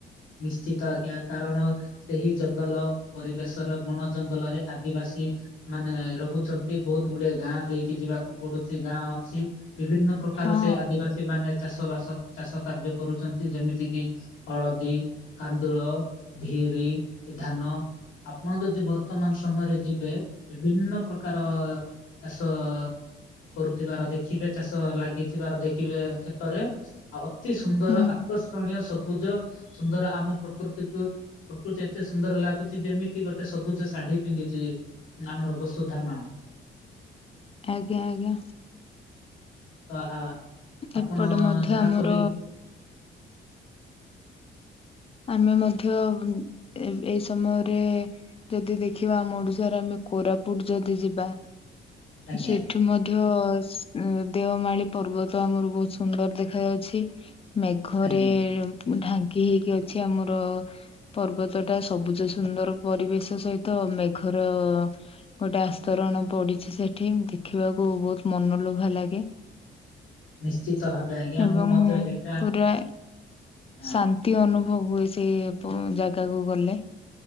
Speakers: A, on the left; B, on the left.
A: ନିଶ୍ଚିତ ଆଜ୍ଞା କାରଣ, ସେହି ଜଙ୍ଗଲ ପରିବେଶର ବଣ ଜଙ୍ଗଲରେ ଆଦିବାସୀ ମାନେ ରହୁଛନ୍ତି ବହୁତ ଗୁଡେ ଗାଁ ଦେଇକି ଯିବା ପଡୁଛି। ଗାଁ ଅଛି ବିଭିନ୍ନ ପ୍ରକାର
B: ହଁ
A: ସେ ଆଦିବାସୀ ସେମାନେ ଚାଷ ବାସ ଚାଷ କାର୍ଯ୍ୟ କରୁଛନ୍ତି, ଯେମିତି କିି ହଳଦୀ କାନ୍ଦୁଳ, ଭିରି, ଧାନ ଆପଣ ଯଦି ବର୍ତ୍ତମାନ ସମୟରେ ଯିବେ, ବିଭିନ୍ନ ପ୍ରକାର ଚାଷ କରୁଥିବାର ଦେଖିବେ ଚାଷ ଲାଗିଥିବାର ଦେଖିବେ କ୍ଷେତରେ। ଆଉ ଅତି ସୁନ୍ଦର
B: ହୁଁ
A: ଆକର୍ଷଣୀୟ ସବୁଜ ସୁନ୍ଦର ଆମ ପ୍ରକୃତିକୁ ପ୍ରକୃତି ଏତେ ସୁନ୍ଦର ଲାଗୁଛି ଯେମିତି ଗୋଟେ ସବୁଜ ଶାଢୀ ପିନ୍ଧିଛି ଆମର ବସୁଧା ମା।
B: ଆଜ୍ଞା ଆଜ୍ଞା।
A: ତ ଆ-ଆପଣ
B: ଏପଟେ ମଧ୍ୟ
A: ଯାହା
B: ଆମର
A: କହିଲେ।
B: ଆମେ ମଧ୍ୟ ଏଇ-ଏଇ ସମୟରେ ଯଦି ଦେଖିବା ଆମ ଓଡିଶାରେ ଆମେ କୋରାପୁଟ ଯଦି ଯିବା
A: ଆଜ୍ଞା
B: ସେଇଠି ମଧ୍ୟ ଦେଓମାଳି ପର୍ବତ ଆମର ବହୁତ ସୁନ୍ଦର ଦେଖା ଯାଉଛି। ମେଘରେ
A: ଆଜ୍ଞା
B: ଢାଙ୍କି ହେଇକି ଅଛି ଆମର। ପର୍ବତଟା ସବୁଜ ସୁନ୍ଦର ପରିବେଶ ସହିତ ମେଘର ଗୋଟେ ଆସ୍ତରଣ ପଡିଛି ସେଠି ଦେଖିବାକୁ ବହୁତ ମନ ଲୋଭା ଲାଗେ।
A: ନିଶ୍ଚିତ ଭାବେ ଆଜ୍ଞା
B: ଏବଂ
A: ମୁଁ ମଧ୍ୟ ଏଟା
B: ପୁରା
A: ହଁ,
B: ଶାନ୍ତ୍ ନ୍ତି ଅନୁଭବ ହୁଏ, ସେ ଆପଣ ଜାଗାକୁ ଗଲେ।